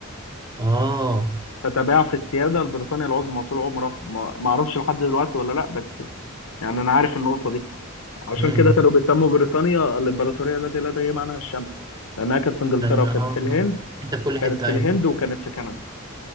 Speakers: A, on the right (about 20°); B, on the left (about 80°).
A: اه
B: فتباع في السياده لبريطانيا العظمى طول عمرها ما ما اعرفش لحد دلوقتي ولا لا بس يعني انا عارف النقطه دي عشان
A: امم
B: كده كانوا بيسموا بريطانيا الامبراطوريه التي لا تغيب عنها الشمس لانها كانت في انجلترا
A: لان
B: وكانت
A: اه
B: في الهند
A: حتة في كل
B: كانت
A: حتة
B: في
A: ايوه
B: الهند وكانت في كندا